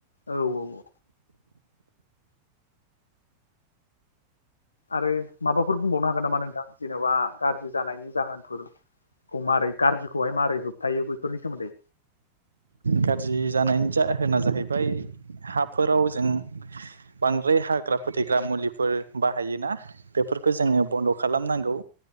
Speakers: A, on the left; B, on the right.
A: औ- औ -औ। आरो माबाफोर बुंबावनो हागोन नामा नोंथां? जेन'बा गाज्रि जानायनि जाहोनफोरखौ। मारै गाज्रिखौहाय मारै होबथायो बैफोरनि सोमोन्दै।
B: गाज्रि जानायनि जाहोना जाहैबाय हाफोराव, जों बांद्राय हाग्रा फोथैग्रा मुलिफोर बाहायोना बेफोरखौ जोङो बन्द' खालामनांगौ।